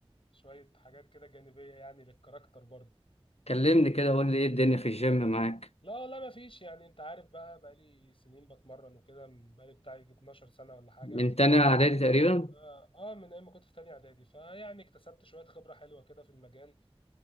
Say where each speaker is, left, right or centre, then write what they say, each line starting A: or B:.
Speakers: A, on the left; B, on the left.
A: شويه حاجات كده جانبيه يعني للكاركتر برضه
B: كلمني كده قول لي ايه الدنيا في الجيم معاك
A: لا والله ما فيش يعني انت عارف بقى بقى لي سنين بتمرن وكده بقى لي بتاعي 12 سنه ولا حاجه
B: من تاني اعدادي تقريبا
A: اه آه، من ايام ما كنت في تانية اعدادي فيعني اكتسبت شوية خبرة حلوة كده في المجال